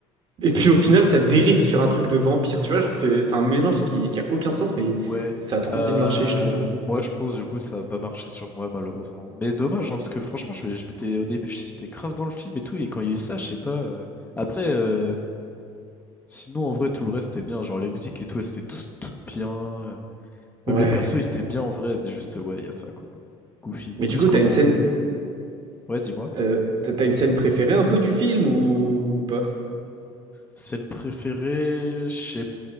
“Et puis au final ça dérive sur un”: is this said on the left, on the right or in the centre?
Right